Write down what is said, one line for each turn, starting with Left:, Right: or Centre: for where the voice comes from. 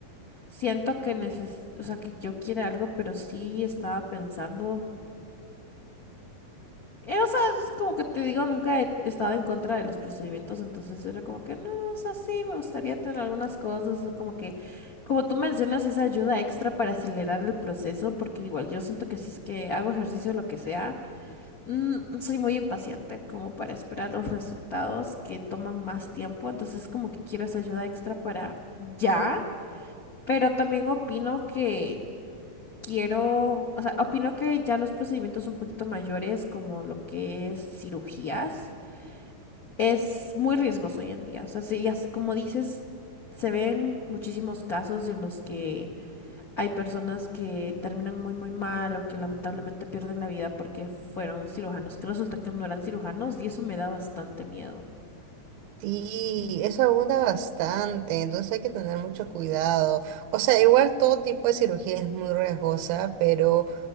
Left: siento que neces, o sea, que yo quiera algo, pero sí estaba pensando eh, o sea, es como que te digo, nunca he estado en contra de los procedimientos, entonces era como que no, o sea, sí, me gustaría tener algunas cosas, o como que, como tú mencionas, esa ayuda extra para acelerar el proceso, porque igual yo siento que si es que hago ejercicio, lo que sea, mm, soy muy impaciente como para esperar los resultados que toman más tiempo, entonces como que quiero esa ayuda extra para ya, pero también opino que quiero, o sea, opino que ya los procedimientos un poquito mayores, como lo que es cirugías, es muy riesgoso hoy en día. O sea, sí, ya, sé- como dices, se ven muchísimos casos en los que hay personas que terminan muy, muy mal o que lamentablemente pierden la vida porque fueron cirujanos, que resulta que no eran cirujanos y eso me da bastante miedo.
Right: Sí, eso abunda bastante, entonces hay que tener mucho cuidado. O sea, igual todo tipo de cirugía es muy riesgosa, pero,